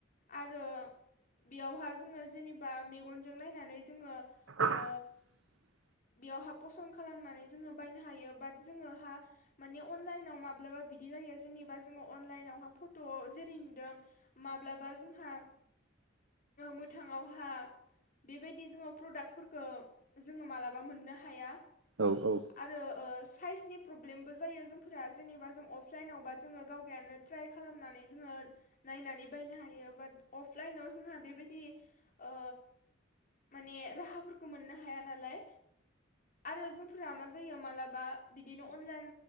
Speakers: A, on the left (about 45°); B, on the right (about 80°).
A: आरो बेयावहा जोङो जेनेबा मेगनजों नायनानै जोङो
B: <unintelligible>
A: ओ बेयावहा पसन खालामनानै जोङो बायनो हायो बाट जोङोहा माने अनलाइनाव माब्लाबा बिदि लायो जेनेबा जोङो अनलाइनावहा फट जेरै नुदों माब्लाबा जोंहा मोथाङावहा बेबायदि जों प्रडाक्टफोरखौ जोङो मालाबा मोननो हाया।
B: औ औ
A: आरो ओ साइसनि प्रब्लेमबो जायो जोंफोरा जेनेबा जों अफलाइनावबा जोङो गावगायानो ट्राइ खालामनानै जोङो नायनानै बायनो हायो बाट अफलाइनाव जोंहा बेबायदि ओ‌ माने राहाफोरखौ मोननो हाया नालाय आरो जोंफोरा मा जायो मालाबा बिदिनो अनलाइन